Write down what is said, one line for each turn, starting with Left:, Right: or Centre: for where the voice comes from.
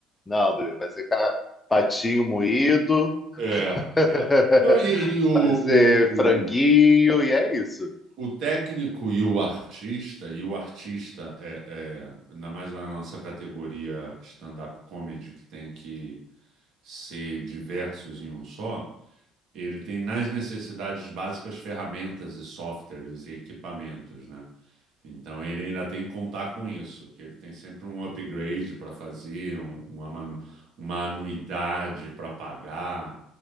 Left: Não, Bruno, vai ser ca- patinho moído, <laughs>
Right: É, é. Não, e, e o,
Left: vai ser franguinho,
Right: o,
Left: e é isso.
Right: o técnico e o artista, e o artista é, é, ainda mais na nossa categoria stand-up comedy, que tem que ser diversos em um só, ele tem nas necessidades básicas ferramentas e softwares e equipamentos, né? Então ele ainda tem que contar com isso, que ele tem sempre um upgrade para fazer, um- uma, manu- uma anuidade para pagar.